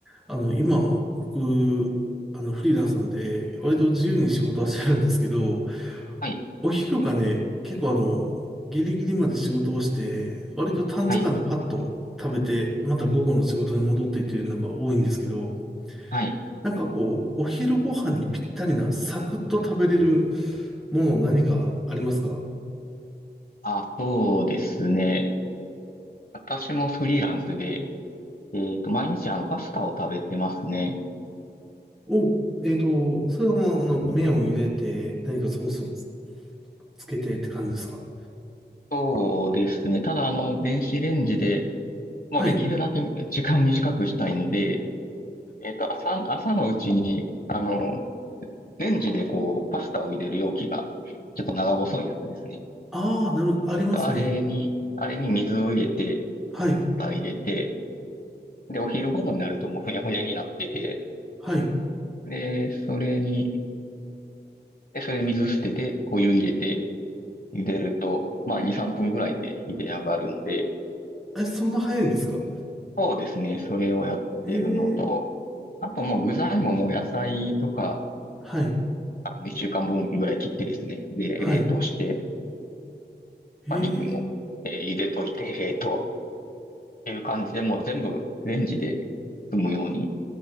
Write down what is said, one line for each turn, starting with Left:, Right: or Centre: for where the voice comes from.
Centre: あの、今、僕、あの、フリーランスなんで、割と自由に仕事はしてるんですけど、
Left: はい、
Centre: お昼がね、結構あの、ギリギリまで仕事をして、割と短時間でパッと食べて、
Left: はい、
Centre: また午後の仕事に戻ってっていうのが多いんですけど、
Left: はい。
Centre: なんかこう、お昼ご飯にぴったりなサクッと食べれるもの何かありますか
Left: あ、そうですね。私もフリーランスで、えっと、毎日あの、パスタを食べてますね。
Centre: お、えっと、それはもう、あの、麺を茹でて、何かソースをつ、つけてって感じですか
Left: そうですね。ただあの、電子レンジで、もうできるだけ時間短くしたいので、
Centre: はい。
Left: えっと、朝、朝のうちに、あの、レンジでこう、パスタを入れる容器が、ちょっと長細いやつですね。
Centre: ああ、なる、ありますね。
Left: えっと、あれに、あれに水を入れて、
Centre: はい。
Left: パスタ入れて、で、お昼頃になるともうふにゃふにゃになってて、
Centre: はい。
Left: で、それに、で、それ水捨てて、お湯入れて、茹でると、まあ、2、3分ぐらいで茹で上がるので、
Centre: え、そんな早いんですか
Left: そうですね、それをやってるのと、
Centre: ええ
Left: あともう具材ももう野菜とか、
Centre: はい。
Left: あの、1週間分ぐらい切ってですね、で、
Centre: はい。
Left: 冷凍して、
Centre: ええ
Left: まあ、肉も、えー茹でといて、冷凍っていう感じで、もう全部レンジで済むように